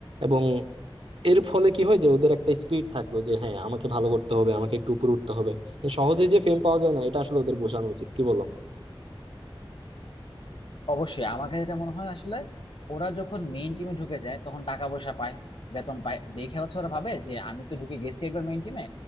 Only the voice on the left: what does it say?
অবশ্যই আমার কাছে এটা মনে হয় আসলে ওরা যখন মেইন টিমে ঢুকে যায় তখন টাকা পয়সা পায় বেতন পায় দেখে হচ্ছে ওরা ভাবে যে আমি তো ঢুকে গেছি একবার মেইন টিমে